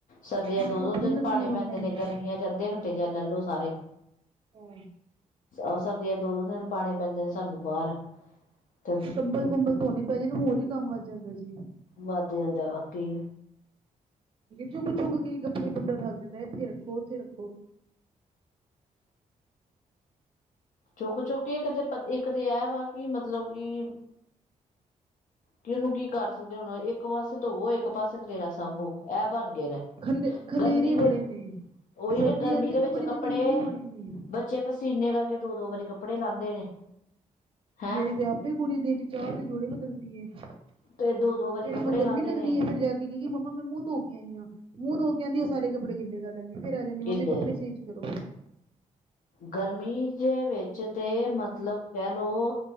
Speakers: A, on the left; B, on the right.
A: ਸਰਦੀਆਂ
B: ਤਾਂ
A: ਚ ਦੋ-ਦੋ
B: ਧੁੱਪ ਨੀ
A: ਦਿਨ
B: ਨਸੀਬ
A: ਪਾਉਣੇ
B: ਹੁੰਦੀ
A: ਪੈਂਦੇ ਨੇ ਗਰਮੀਆਂ ਚ ਅੱਧੇ ਘੰਟੇ ਚ ਲੈ ਲੋ ਸਾਰੇ।
B: ਹਮ।
A: ਆਹ ਸਰਦੀ ਚ ਦੋ -ਦੋ ਦਿਨ ਪਾਣੇ ਪੈਂਦੇ ਨੇ ਸਾਨੂੰ ਬਾਹਰ। ਤੇ
B: ਕੰਬਲ ਕੁੰਬਲ ਧੋਣੇ ਪੈ ਜਾ ਹੋਰ ਹੀ ਕੰਮ ਵੱਧ ਜਾਂਦਾ ਸੀ।
A: ਵੱਧ ਜਾਂਦਾ ਵਾਕੀ।
B: ਚੁੱਕ -ਚੁੱਕ ਕਈ ਕੱਪੜੇ ਬੰਦਾ ਥੱਕ ਜਾਂਦਾ ਇੱਥੇ ਰੱਖੋ ਉੱਥੇ ਰੱਖੋ।
A: ਚੁੱਕ ਚੁੱਕ ਕੇ ਇੱਕ ਤੇ ਇੱਕ ਤੇ ਇਹ ਵਾ ਕਿ ਮਤਲਬ ਕਿ। ਕਿਨੂੰ ਕੀ ਕਰ ਸਕਦੇ ਹਾ ਹੁਣ ਇੱਕ ਪਾਸੇ ਧੋਵੋ ਇੱਕ ਪਾਸੇ ਖਡੇਰਾ ਸਾਂਭੋ ਇਹ ਬਣ ਗਿਆ ਦਾ।
B: ਖਲੇ ਖਲੇਰੇ
A: ਗਰਮੀ ਦੇ
B: ਬੜੇ ਨੇ।
A: ਉਹੀ
B: ਸਰਦੀਆਂ
A: ਗਰਮੀ ਦੇ ਵਿੱਚ ਕੱਪੜੇ।
B: ਖਲੇਰੇ ਬੜੇ ਨੇ
A: ਬੱਚੇ ਪਸੀਨੇ ਕਰਕੇ ਦੋ-ਦੋ ਵਾਰੀ ਕੱਪੜੇ ਲਾਂਦੇ ਨੇ। ਹੈਂ
B: ਮੇਰੀ ਤੇ ਆਪੇ ਕੁੜੀ ਦਿਨ ਚ ਚਾਰ ਦੇ ਜੋੜੇ ਬਦਲਦੀ ਏ। ਫੇਰ
A: ਤੇ ਦੋ ਦੋ ਵਾਰੀ ਕੱਪੜੇ
B: ਉਹਨੂੰ ਗਰਮੀ
A: ਲਾਉਂਦੇ
B: ਲੱਗਦੀ
A: ਨੇ
B: ਹੈ ਫਿਰ। ਫ਼ਿਰ ਕਏਗੀ ਮੰਮਾ ਮੈਂ ਮੂੰਹ ਧੋ ਕੇ ਆਈ ਆ ਮੂੰਹ ਧੋ ਕੇ ਆਂਦੀ ਆ ਸਾਰੇ ਕੱਪੜੇ ਗਿੱਲੇ ਕਰ ਲੈਂਦੀ ਆ। ਫ਼ਿਰ ਆ ਜਾਂਦੀ ਆ
A: ਗਿੱਲੇ
B: ਮੰਮੀ ਕੱਪੜੇ ਚੇਂਜ ਕਰੋ।
A: ਗਰਮੀ ਦੇ ਵਿੱਚ ਤੇ ਮਤਲਬ ਕਹਿ ਲਓ।